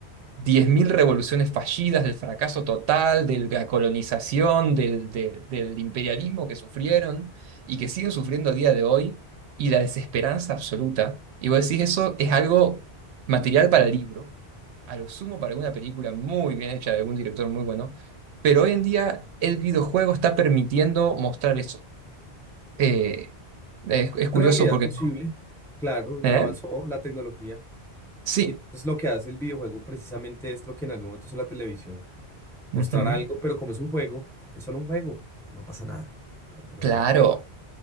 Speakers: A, on the right (about 80°); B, in the centre.
A: 10.000 revoluciones fallidas, del fracaso total, de la colonización, del, del del imperialismo que sufrieron y que siguen sufriendo a día de hoy y la desesperanza absoluta. Y vos decís, eso es algo material para el libro a lo sumo para alguna película muy bien hecha de algún director muy bueno, pero hoy en día el videojuego está permitiendo mostrar eso. Eh, es, es curioso
B: realidad
A: porque
B: posible,
A: no.
B: claro, ya
A: ¿Eh?
B: avanzó la tecnología
A: Sí,
B: y entonces lo que hace el videojuego precisamente es lo que en algún momento hizo la televisión, mostrar
A: ujú,
B: algo, pero como es un juego, es solo un juego, no pasa nada, pero, pero
A: Claro,
B: realmente